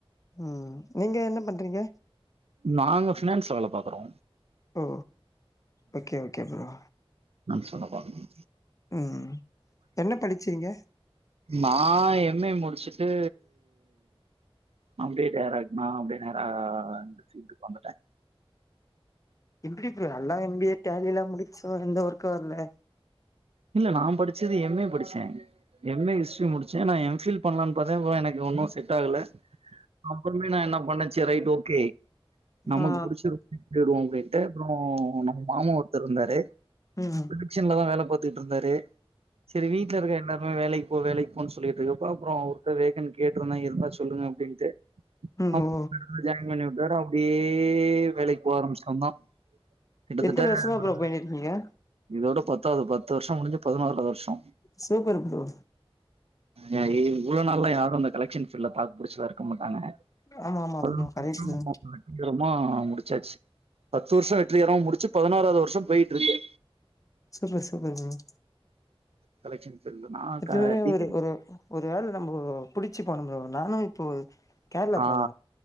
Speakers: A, on the left (about 35°); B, on the right (about 80°).
A: ம் நீங்க என்ன பண்றீங்க
B: நாங்க பினான்ஸ்ல வேல பாக்குறோ
A: ஓ ஓகே ஓகே ப்ரோ
B: பினான்ஸ் வேல பாக்குறோ
A: ம் என்ன படிச்சீங்க
B: நா எம்ஏ முடிச்சுட்டு அப்டியே டேரைக்ட் நா அப்டியே நேரா இந்த பீல்டுக்கு வந்துட்டே
A: எப்டிப்ரோ நல்லா எம்பிஏ டேலி எல்லா முடிச்சோ எந்த ஒர்க்கு வரல
B: இல்ல நா படிச்சது எம்ஏ படிச்சே எம்ஏ ஹிஸ்ட்ரி முடிச்ச நா எம்ஃபில் பன்லான்னு பாத்தே ப்ரோ எனக்கு ஒன்னும் செட் டாகல அப்றமே நா என்ன பண்ண சேர் ரைட் ஓகே நமக்கு
A: ஆ
B: புடிச்சிருக்கு தேடுவோ அப்டின்ட்டு அப்றோ நம்ம மாமா ஒருத்தர் இருந்தாரு
A: ம்
B: மிஷின்ல தா வேலை பார்த்தட்டு இருந்தாரு சரி வீட்டுல இருக்க என்ன வேலைக்கு போ வேலைக்கு போகன்னு சொல்லிட்டு இருக்குப்ப அப்றோ அவர்கிட்ட வேகன் கேட்டு இருந்தா இருந்தா சொல்லுங்க அப்படின்ட்டு
A: ம்
B: அ
A: ஓ
B: ஜாயின் பண்ணி விட்டாரு அப்டியே வேலைக்கு போக ஆரம்பிச்சிட்டவந்தா கிட்டத்தட்ட
A: எத்தன வருஷமா
B: ஒரு
A: ப்ரோ பண்ணிருக்கீங்க
B: இதோட பத்தாவது பத்து வருஷோ முடிஞ்சு பதினோறாவது வருஷோ
A: சூப்பர் ப்ரோ
B: ஆ இவ்ளோ நாளா இந்த கலெக்ஷன் ஃபீல்ட்ல பாக் புடிச்சதா இருக்க மாட்டாங்க
A: ஆமா ஆமா
B: hello
A: bro correct
B: Prasanna
A: bro
B: பேசுற ரமா முடிச்சாச்சு பத்து வருஷ வெற்றிகரமா முடிச்சு பதினாறாவது வருஷ போயிட்டுருக்கு
A: சூப்பர் சூப்பர் மேம்
B: கலெக்ஷன் இருந்துனா நா
A: இப்பவே
B: க டி
A: ஒரு ஒரு ஒரு வேள நம்ம புடிச்சு போனும்னால நானு இப்போ கேரளா
B: ஆ
A: போனோ